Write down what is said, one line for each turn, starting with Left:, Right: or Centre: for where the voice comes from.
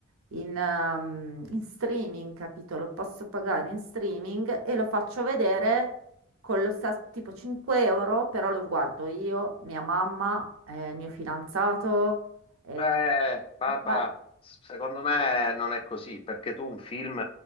Right: in, ehm, in streaming, capito? Lo posso pagare in streaming e lo faccio vedere con lo stesso tipo 5 euro, però lo guardo io, mia mamma, eh, il mio fidanzato. Eh,
Left: Eh, Barbara,
Right: ma,
Left: s- secondo me non è così, perché tu un film,